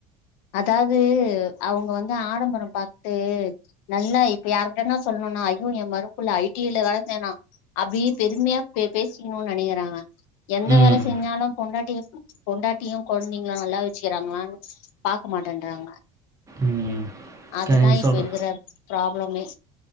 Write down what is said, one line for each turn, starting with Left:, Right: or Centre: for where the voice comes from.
Left: அதாது அவங்க வந்து ஆடம்பரம் பாத்து நல்லா இப்ப யார்கன்ன சொல்லனுன்னா ஐயோ ஏ மறுவப்புள்ள ஐடில வேல செய்யணா அப்பிடியே பெருமையா பேசிக்கணுன் நெனைக்கிறாங்க எந்த
Right: ம்.
Left: வேல செஞ்சாலு பொண்டாட்டிங்க பொண்டாட்டியு கொழந்தைங்களு நல்லா வச்சிக்கிறாங்களா பாக்கமாட்டன்றாங்க
Right: ம்.
Left: அதுதா
Right: க நீங்க
Left: இப்ப
Right: சொல்ற
Left: இருக்கிற ப்ராப்ளமே